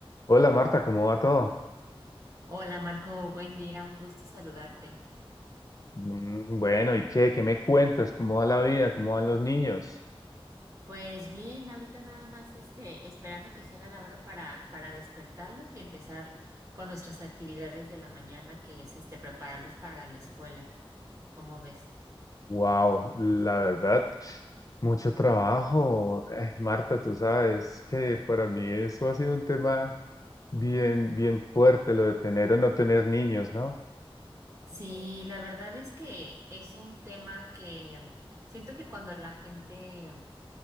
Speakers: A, on the left (about 35°); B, on the right (about 30°).
A: Hola Marta, ¿cómo va todo?
B: Hola Marco, buen día, un gusto saludarte.
A: Mm, Bueno, ¿y qué? ¿Qué me cuentas? ¿Cómo va la vida? ¿Cómo van los niños?
B: Pues bien, ahorita nada más este, esperando que se haga la hora para, para despertarlos y empezar con nuestras actividades de la mañana, que es este, prepararlos para la escuela. ¿Cómo ves?
A: Wow, la verdad, mucho trabajo. Ay, Marta, tú sabes que para mí eso ha sido un tema bien, bien fuerte, lo de tener o no tener niños, ¿no?
B: Sí, la verdad es que es un tema que siento que cuando la gente